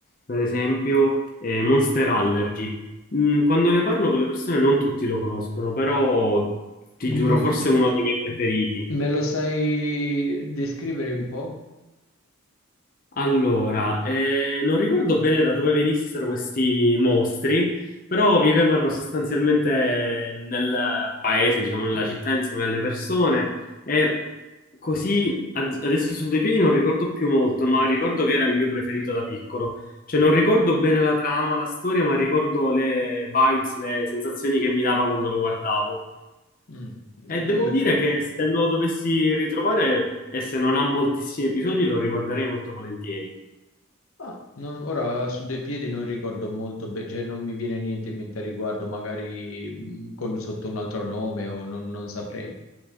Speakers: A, on the left; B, on the left.
A: per esempio, eh, Monster Allergy. Mm, quando ne parlo con le persone non tutti lo conoscono, però ti
B: Mm,
A: giuro, forse è uno dei miei preferiti.
B: me lo sai descrivere un po'?
A: Allora, eh, non ricordo bene da dove venissero questi mostri, però vivevano sostanzialmente nel paese, diciamo nella città, insieme alle persone e così ad- adesso su due piedi non ricordo più molto, ma ricordo che era il mio preferito da piccolo. Cioè non ricordo bene la trama, la storia, ma ricordo le vibes, le sensazioni che mi dava quando lo guardavo.
B: Mm,
A: E
B: ok.
A: devo dire che se lo dovessi ritrovare e se non ha moltissimi episodi lo riguarderei molto volentieri.
B: Ah, non- ora su dei piedi non ricordo molto bene, cioè non mi viene niente in mente a riguardo, magari mh, con- sotto un altro nome o non, non saprei.